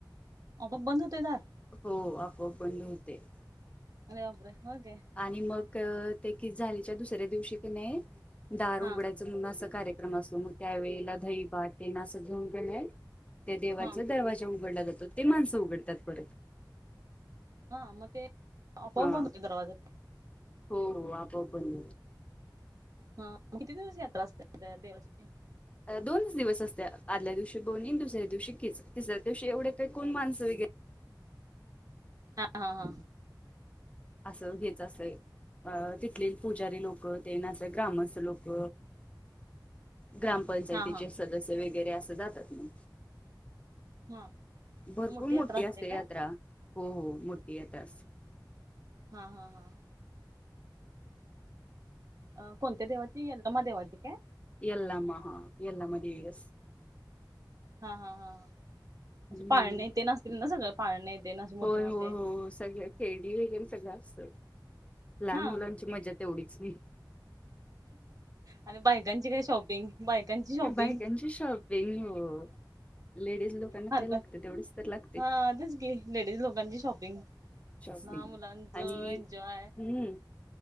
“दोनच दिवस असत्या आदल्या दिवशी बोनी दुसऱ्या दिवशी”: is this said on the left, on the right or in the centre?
Left